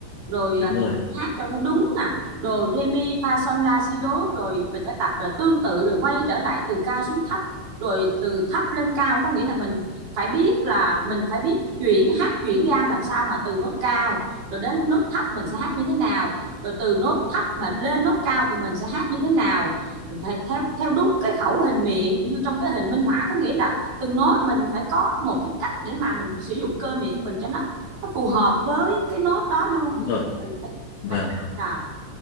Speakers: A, on the right; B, on the left.
A: rồi à,
B: đúng
A: mình
B: rồi
A: phải hát cho nó đúng nè, đồ re mi fa son la si đố rồi mình phải tập và tương tự rồi quay trở lại từ cao xuống thấp, rồi từ thấp lên cao có nghĩa là mình phải biết là mình phải biết chuyển hát chuyển gam làm sao mà từ nốt cao rồi đến nốt thấp mình sẽ hát như thế nào, rồi từ nốt thấp mà lên nốt cao thì mình sẽ hát như thế nào phải theo theo đúng cái khẩu hình miệng như trong cái hình minh họa có nghĩa là từng nốt mình phải có một cái cách để mà mình sử dụng cơ miệng mình cho nó nó phù hợp với cái nốt đó luôn
B: đúng rồi
A: mình phải
B: vâng
A: phải tập là